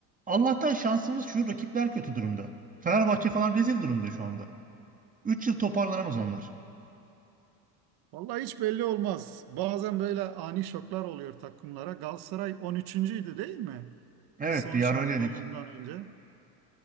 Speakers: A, on the right; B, on the right.
A: Allah'tan şansımız şu rakipler kötü durumda. Fenerbahçe falan rezil durumda şu anda. 3 yıl toparlanamaz onlar.
B: Vallahi hiç belli olmaz. Bazen böyle ani şoklar oluyor takımlara. Galatasaray 13.'üydü değil mi?
A: Evet
B: Son
A: bir yer
B: şampiyonluğundan
A: öyleydik.
B: önce.